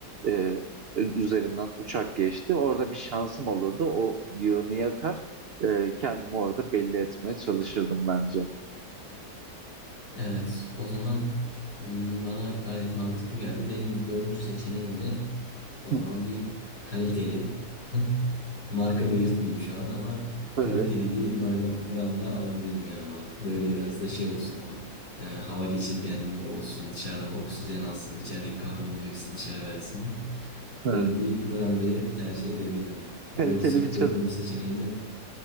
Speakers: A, on the right; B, on the left.
A: e, üzerinden uçak geçti. Orada bir şansım olurdu. O yığını yakar. e, kendimi orada belli etmeye çalışırdım bence.
B: Evet, o zaman m, bana gayet mantıklı geldi. Benim dördüncü seçeneğim de o
A: Hı.
B: zaman bir kaliteli <laughs> marka belirtmeyeyim şu an ama
A: Tabii.
B: kaliteli bir naylon branda alabilirim yanıma. Böyle biraz da şey olsun ama e, hava geçirgenliği olsun, dışarıdan oksijen alsın, içerideki karbondioksiti dışarı versin.
A: Hı.
B: Böyle bir brandayı tercih edebilirim.
A: Kaliteli
B: Dört,
A: bir çadır,
B: dördüncü seçeneğim de